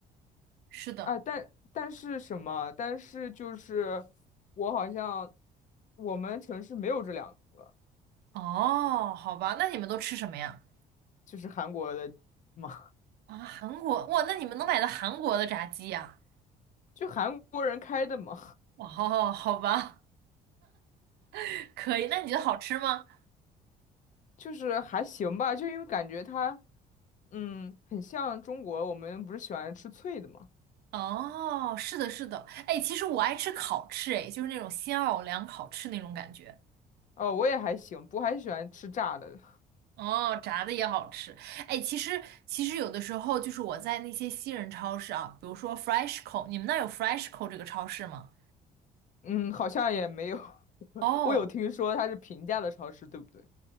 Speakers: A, on the right (about 70°); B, on the left (about 50°).
A: 是的
B: 哎，但但是什么？但是就是我好像我们城市没有这两个，
A: 哦，好吧，那你们都吃什么呀？
B: 就是韩国的嘛，
A: 啊，韩国，哇，那你们能买到韩国的炸鸡呀？
B: 就韩国人开的嘛，
A: 哦，好吧，<laughs> 可以。那你觉得好吃吗？
B: <laughs> 就是还行吧，就因为感觉它，嗯，很像中国，我们不是喜欢吃脆的嘛？
A: 哦，是的，是的。哎，其实我爱吃烤翅，哎，就是那种新奥尔良烤翅那种感觉。
B: 哦，我也还行，不过还喜欢吃炸的，
A: 哦，炸的也好吃。哎，其实其实有的时候就是我在那些西人超市啊，比如说 Freshco，你们那儿有 Freshco 这个超市吗？
B: 嗯，好像也没有，<laughs>
A: 哦，
B: 我有听说它是平价的超市，对不对？